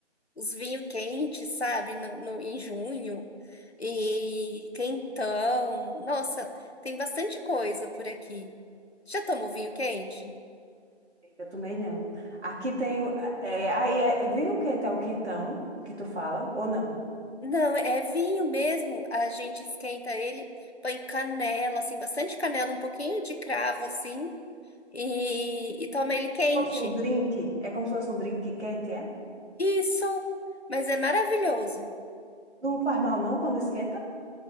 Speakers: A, on the left; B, on the right.
A: os vinhos quentes, sabe? No, no- em junho. E quentão. Nossa, tem bastante coisa por aqui. Já tomou vinho quente?
B: Eu também não. Aqui tem... é, aí é vinho quente é o quentão que tu fala, ou não?
A: Não, é vinho mesmo. A gente esquenta ele, põe canela, assim, bastante canela, um pouquinho de cravo, assim, e, e toma ele quente.
B: Se fosse um drink, é como se fosse um drink quente, é?
A: Isso, mas é maravilhoso.
B: Não faz mal não quando esquenta?